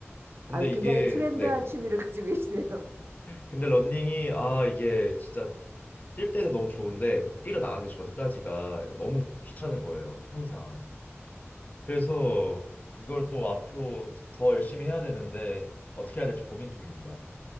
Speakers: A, on the left; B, on the right.
A: 근데
B: 아, 굉장히
A: 이게
B: 트렌드한
A: 네,
B: 취미를 <laughs> 가지고 계시네요.
A: 근데 러닝이 아 이게 진짜 뛸 때는 너무 좋은데 그 뛰러 나가기 전까지가 약간 너무 귀찮은 거예요. 항상. 그래서 이걸 또 앞으로 더 열심히 해야 되는데 어떻게 해야 될지 고민 중입니다.